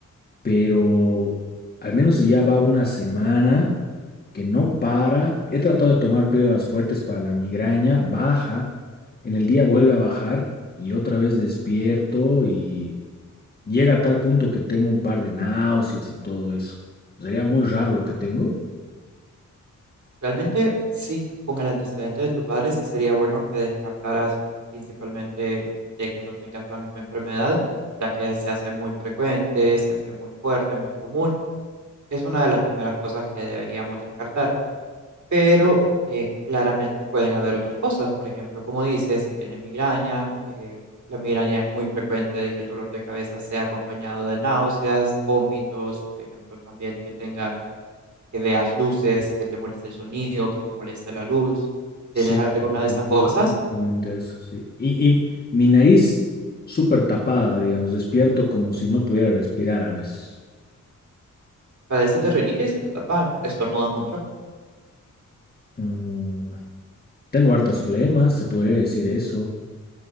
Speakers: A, on the left; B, on the right.
A: Pero al menos si ya va una semana que no para. He tratado de tomar píldoras fuertes para la migraña, baja, en el día vuelve a bajar y otra vez despierto y llega a tal punto que tengo un par de náuseas y todo eso. Sería muy raro lo que tengo.
B: Realmente sí, con el antecedente de tu padre sí sería bueno que descartaras principalmente de que no tengas la misma enfermedad, ya que se hace muy frecuente, se hace muy fuerte, muy común. Es una de las primeras cosas que deberíamos descartar, pero eh, claramente pueden haber otras cosas. Por ejemplo, como dices, si tienes migraña, eh, la migraña es muy frecuente de que el dolor de cabeza sea acompañado de náuseas, vómitos, por ejemplo, también que tengas que veas luces, que te moleste el sonido, que te moleste la luz. ¿Tienes
A: Sí,
B: alguna de
A: sí,
B: estas cosas?
A: sí, exactamente eso, sí. Y, y mi nariz súper tapada, digamos, despierto como si no pudiera respirar a veces.
B: ¿Padeces de rinitis? ¿Se te tapa? ¿Estornudas mucho?
A: Mm, tengo hartas flemas, se podría decir eso,